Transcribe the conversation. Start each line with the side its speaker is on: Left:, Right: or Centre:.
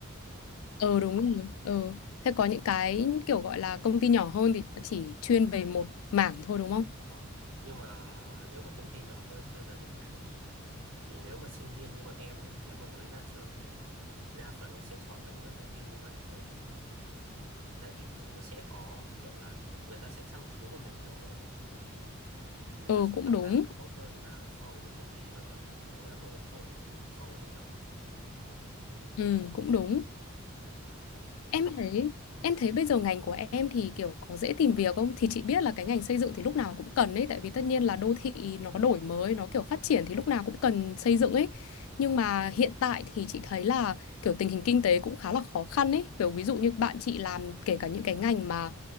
Right: Đó.
Left: ờ đúng rồi. ờ, Thế có những cái kiểu gọi là công ty nhỏ hơn thì họ chỉ chuyên về một mảng thôi đúng không?
Right: đó nhưng mà nếu mà công ty nhỏ hơn chuyên về một mảng thì thì nếu mà sinh viên như bọn em nhé nếu mà mới ra trường thì thì đa phần là sẽ chọn vào những cái công ty như vậy tại vì tại vì nó sẽ có kiểu là người ta sẽ chăm chú vào mình nhiều hơn ấy người
Left: Ừ
Right: ta sẽ
Left: cũng
Right: đào
Left: đúng.
Right: tạo mình tốt hơn là so với những công ty mà nó nó đã nổi trội so với bây giờ
Left: Ừ cũng đúng.
Right: đó
Left: Em thấy em thấy bây giờ ngành của em thì kiểu có dễ tìm việc không? Thì chị biết là cái ngành xây dựng thì lúc nào cũng cần ấy tại vì tất nhiên là đô thị nó đổi mới, nó kiểu phát triển thì lúc nào cũng cần xây dựng ấy. Nhưng mà hiện tại thì chị thấy là kiểu tình hình kinh tế cũng khá là khó khăn ấy. Kiểu ví dụ như bạn chị làm kể cả những cái ngành mà